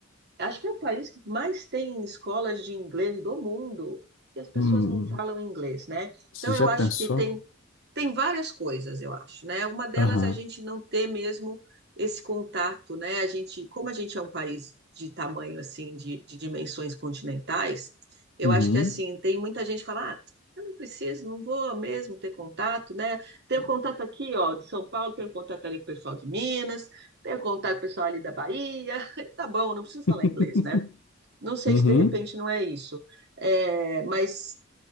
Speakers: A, on the right; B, on the left.
A: Acho que é o país que mais tem escolas de inglês do mundo e as pessoas
B: Hum,
A: não falam inglês, né?
B: você
A: Então
B: já
A: eu
B: pensou?
A: acho que tem tem várias coisas, eu acho, né? Uma delas
B: Aham.
A: é a gente não ter mesmo esse contato, né? A gente, como a gente é um país de tamanho assim, de, de dimensões continentais, eu
B: Uhum.
A: acho que assim, tem muita gente que fala, ah, eu não preciso, não vou mesmo ter contato, né? Tenho contato aqui, ó, de São Paulo, tenho contato ali com o pessoal de Minas, tenho contato com o pessoal ali da Bahia, <laughs> tá bom, não preciso
B: <laughs>
A: falar inglês, né? Não sei
B: Uhum.
A: se de repente não é isso, é, mas